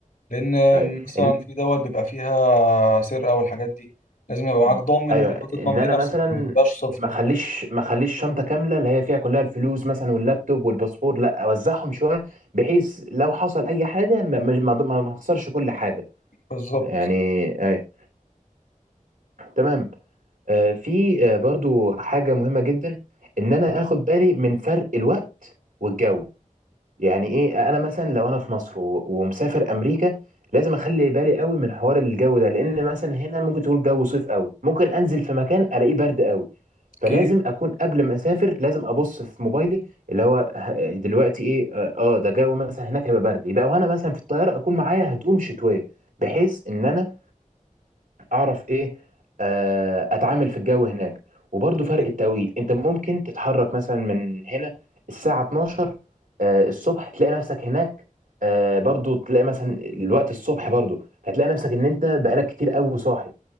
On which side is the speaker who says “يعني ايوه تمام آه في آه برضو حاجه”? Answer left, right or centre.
Right